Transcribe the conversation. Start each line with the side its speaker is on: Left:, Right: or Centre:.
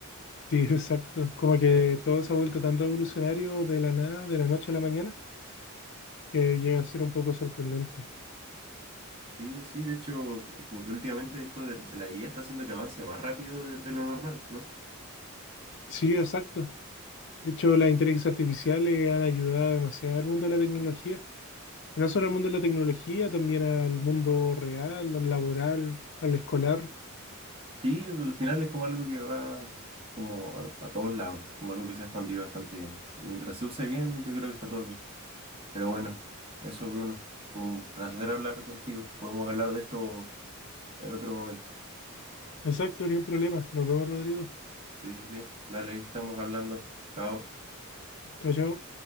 Left: Sí, <laughs> exacto. Como que todo se ha vuelto tan revolucionario de la nada, de la noche a la mañana, que llega a ser un poco sorprendente.
Right: Sí, sí, de hecho, como que últimamente esto de, de la IA está haciendo que avance más rápido de, de lo normal, ¿no?
Left: Sí, exacto. De hecho, las inteligencias artificiales han ayudado demasiado al mundo de la tecnología. Y no solo al mundo de la tecnología, también al mundo real, al laboral, al escolar.
Right: Sí, al final es como algo que va como a, a todos lados, es como algo que se ha expandido bastante bien. Mientras se use bien, yo creo que está todo bien. Pero bueno, eso Bruno, fue un placer hablar contigo. Podemos hablar de esto en otro momento.
Left: Exacto, ni un problema. Nos vemos, Rodrigo.
Right: Sí, sí, sí. Dale, ahí estamos hablando. Chao.
Left: Chao, chao.